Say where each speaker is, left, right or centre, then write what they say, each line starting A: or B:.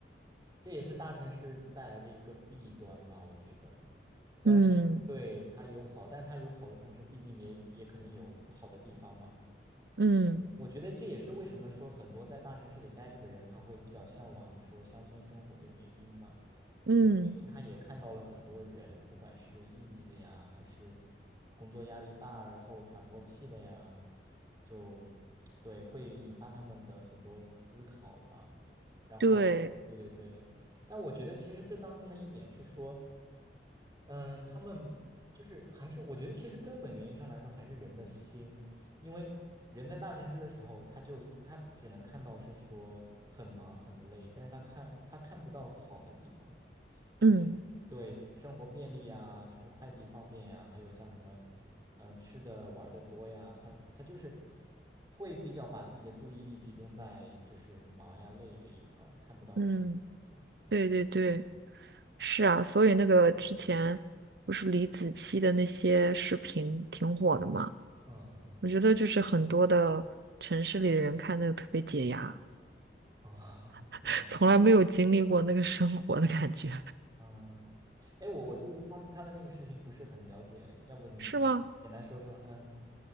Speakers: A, on the right; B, on the right.
A: 这也是大城市带来的一个弊端吧，我觉得。虽然说对它有好，
B: 嗯
A: 但它有好的同时，毕竟也也肯定有不好的地方嘛。
B: 嗯
A: 我觉得这也是为什么说很多在大城市里待着的人，他会比较向往说乡村生活的原因吧，
B: 嗯，
A: 因为毕竟他也看到了很多人，不管是抑郁的呀，还是工作压力大，然后喘不过气的呀，就对，会引发他们的很多思考吧。然后，
B: 对，
A: 对对对，但我觉得其实这当中的一点是说。嗯，他们就是还是我觉得其实根本原因上来说还是人的心，因为人在大城市的时候，他就他只能看到是说很忙很累，但是他看他看不到好的地方，
B: 嗯
A: 就是对生活便利啊，就是快递方便呀，还有像什么嗯吃的玩的多呀，他他就是会比较把自己的注意力集中在就是忙呀累这一块儿，看不到别的层面。
B: 嗯，
A: 嗯
B: 对对对，是啊，所以那个之前不是李子柒的那些视频挺火的嘛，
A: 嗯嗯，
B: 我觉得就是很多的城市里的人看那个特别解压，
A: 哦，<laughs> 是吗？
B: <laughs> 从来没有经历过那个生活的感觉，
A: 嗯，哎，我我对于他他的那个视频不是很了解，要不你你简单说说？
B: <laughs> 是吗？
A: 嗯，